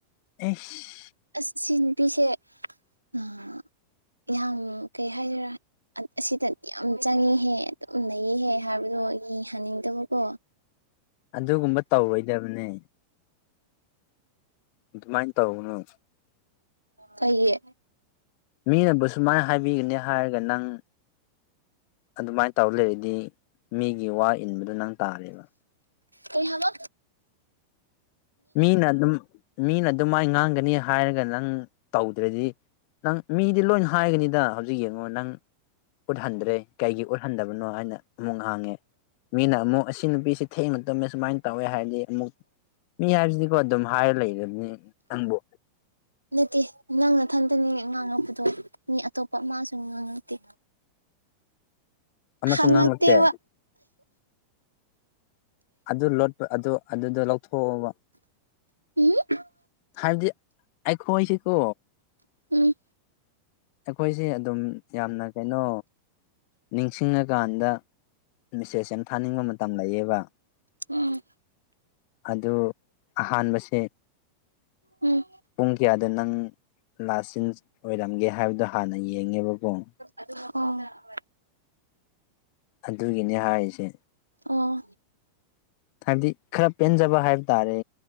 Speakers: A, on the left; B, on the right.
A: ꯑꯩꯁ
B: ꯑꯁ ꯁꯤ ꯅꯨꯄꯤꯁꯦ ꯑꯥ ꯌꯥꯝ ꯀꯩ ꯍꯥꯏꯗꯣꯏꯔꯥ ꯑꯁꯤꯗꯗꯤ ꯌꯥꯝ ꯆꯪꯉꯤꯍꯦ ꯑꯗꯨꯝ ꯂꯩꯌꯦꯍꯦ ꯍꯥꯏꯕꯗꯣ ꯌꯦꯍꯟꯅꯤꯡꯗꯕꯀꯣ
A: ꯑꯗꯨꯒꯨꯝꯕ ꯇꯧꯔꯣꯏꯗꯕꯅꯦ ꯑꯗꯨꯃꯥꯏꯅ ꯇꯧꯒꯅꯨ
B: ꯀꯩꯒꯤ
A: ꯃꯤꯅꯕꯨ ꯁꯨꯃꯥꯏꯅ ꯍꯥꯏꯕꯤꯒꯅꯤ ꯍꯥꯏꯔꯒ ꯅꯪ ꯑꯗꯨꯃꯥꯏ ꯇꯧ ꯂꯩꯔꯗꯤ ꯃꯤꯒꯤ ꯋꯥ ꯏꯟꯕꯗ ꯅꯪ ꯇꯥꯔꯦꯕ
B: ꯀꯩꯍꯥꯏꯕ
A: ꯃꯤꯅ ꯑꯗꯨꯝ ꯃꯤꯅ ꯑꯗꯨꯝꯃꯥꯏ ꯉꯥꯡꯒꯅꯤ ꯍꯥꯏꯔꯒ ꯅꯪ ꯇꯧꯗ꯭ꯔꯗꯤ ꯅꯪ ꯃꯤꯗꯤ ꯂꯣꯏꯟ ꯍꯥꯏꯒꯅꯤꯗꯥ ꯍꯧꯖꯤꯛ ꯌꯦꯡꯉꯣ ꯅꯪ ꯈꯨꯠ ꯍꯟꯗ꯭ꯔꯦ ꯀꯩꯒꯤ ꯎꯠ ꯍꯟꯗꯕꯅꯣ ꯍꯥꯏꯅ ꯑꯃꯨꯛ ꯉꯥꯡꯉꯦ ꯃꯤꯅ ꯑꯃꯨꯛ ꯑꯁꯤ ꯅꯨꯄꯤꯁꯤ ꯊꯦꯡꯅ ꯇꯨꯝꯃꯦ ꯁꯨꯃꯥꯏꯟ ꯇꯧꯋꯦ ꯍꯥꯏꯔꯗꯤ ꯑꯃꯨꯛ ꯃꯤ ꯍꯥꯏꯕꯖꯤꯗꯤꯀꯣ ꯑꯗꯨꯝ ꯍꯥꯏꯔ ꯂꯩꯔꯝꯅꯤ ꯅꯪꯕꯨ
B: ꯅꯠꯇꯦ ꯅꯪ ꯅꯊꯟꯇꯅꯤ ꯉꯥꯡꯉꯛꯄꯗꯣ ꯃꯤ ꯑꯇꯣꯞꯄ ꯑꯃꯥꯁꯨ ꯉꯥꯡꯉꯛꯇꯦ
A: ꯑꯃꯁꯨ
B: ꯍꯪꯉꯛꯇꯦꯕ
A: ꯉꯥꯡꯂꯛꯇꯦ ꯑꯗꯨ ꯂꯣꯠꯄ ꯑꯗꯣ ꯑꯗꯨꯗꯣ ꯂꯧꯊꯣꯛꯑꯣꯕ
B: <unintelligible>
A: ꯍꯥꯏꯕꯗꯤ ꯑꯩꯈꯣꯏꯁꯦꯀꯣ
B: ꯎꯝ
A: ꯑꯩꯈꯣꯏꯁꯦ ꯑꯗꯨꯝ ꯌꯥꯝꯅ ꯀꯩꯅꯣ ꯅꯤꯡꯁꯤꯡꯉꯀꯥꯟꯗ ꯃꯤꯁꯦꯁ ꯌꯥꯝ ꯊꯥꯅꯤꯡꯕ ꯃꯇꯝ ꯂꯩꯌꯦꯕ
B: ꯎꯝ
A: ꯑꯗꯨ ꯑꯍꯥꯟꯕꯁꯦ
B: ꯎꯝ
A: ꯄꯨꯡ ꯀ꯭ꯌꯥꯗ ꯅꯪ ꯂꯥꯁ ꯁꯤꯟꯁ ꯑꯣꯏꯔꯝꯒꯦ <unintelligible> ꯗ ꯍꯥꯟꯅ ꯌꯦꯡꯉꯦꯕꯀꯣ
B: ꯑꯗꯨꯒ ꯈꯪꯅ ꯑꯣ
A: ꯑꯗꯨꯒꯤꯅꯦ ꯍꯥꯏꯔꯤꯁꯦ
B: ꯑꯣ
A: ꯍꯥꯏꯕꯗꯤ ꯈꯔ ꯄꯦꯟꯖꯕ ꯍꯥꯏꯕ ꯇꯥꯔꯦ